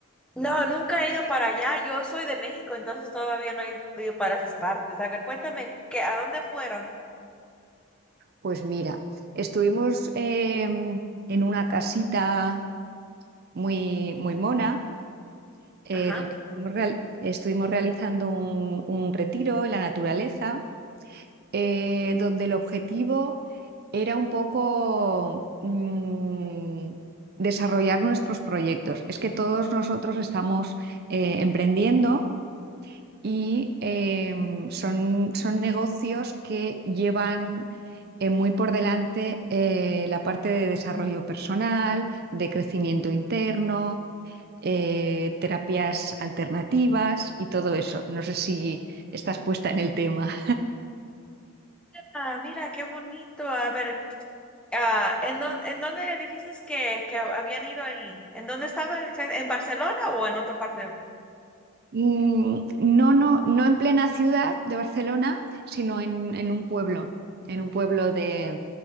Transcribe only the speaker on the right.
Pues mira, estuvimos eh, en una casita muy, muy mona, eh,
donde estuvimos, real- estuvimos realizando un, un retiro en la naturaleza, eh, donde el objetivo era un poco mm, desarrollar nuestros proyectos. Es que todos nosotros estamos eh, emprendiendo y eh, son, son negocios que llevan eh, muy por delante eh, la parte de desarrollo personal, de crecimiento interno. eh, terapias alternativas y todo eso. No sé si estás puesta en el tema.
mm, no, no, no en plena ciudad de Barcelona, sino en, en un pueblo, en un pueblo de,